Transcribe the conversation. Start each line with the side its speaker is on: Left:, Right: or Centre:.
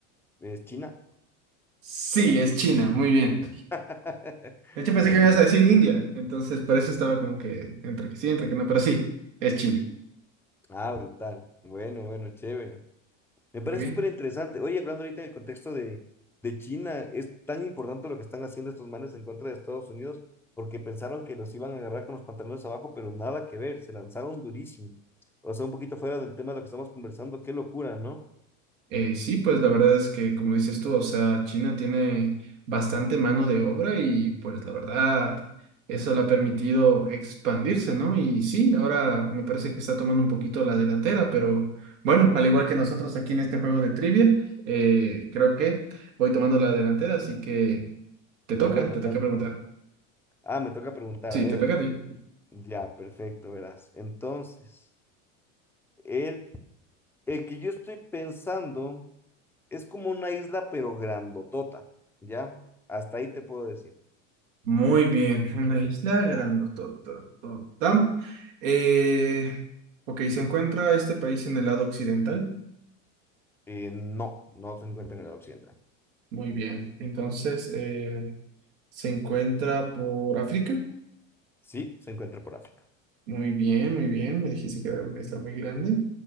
Centre: es China.
Right: Sí, es China, muy bien.
Centre: <laughs>
Right: De hecho, pensé
Centre: Muy-
Right: que me ibas a decir India, entonces por eso estaba como que entre que sí, entre que no, pero sí, es China.
Centre: ah, brutal. Bueno, bueno, chévere. Me parece
Right: Muy bien.
Centre: súper interesante. Oye, hablando ahorita en el contexto de, de China, es tan importante lo que están haciendo estos manes en contra de Estados Unidos, porque pensaron que los iban a agarrar con los pantalones abajo, pero nada que ver, se lanzaron durísimo. O sea, un poquito fuera del tema de lo que estamos conversando, qué locura, ¿no?
Right: Eh, sí, pues la verdad es que, como dices tú, o sea, China tiene bastante mano de obra y pues la verdad, eso le ha permitido expandirse, ¿no? Y sí, ahora me parece que está tomando un poquito la delantera, pero bueno, al igual que nosotros aquí en este juego de trivia, eh, creo que voy tomando la delantera, así que te
Centre: De
Right: toca,
Centre: una,
Right: te
Centre: dale.
Right: toca preguntar.
Centre: Ah, me toca preguntar,
Right: Sí,
Centre: a ver.
Right: te toca a ti.
Centre: Ya, perfecto, verás. Entonces, el, el que yo estoy pensando es como una isla, pero grandotota, ¿ya? Hasta ahí te puedo decir.
Right: Muy bien, una isla grandotototota. Eh, ok, se encuentra este país en el lado occidental.
Centre: Eh, no, no se encuentra en el occidental.
Right: Muy bien. Entonces, eh, se encuentra por África.
Centre: Sí, se encuentra por África.
Right: Muy bien, muy bien. Me dijiste que era una isla muy grande.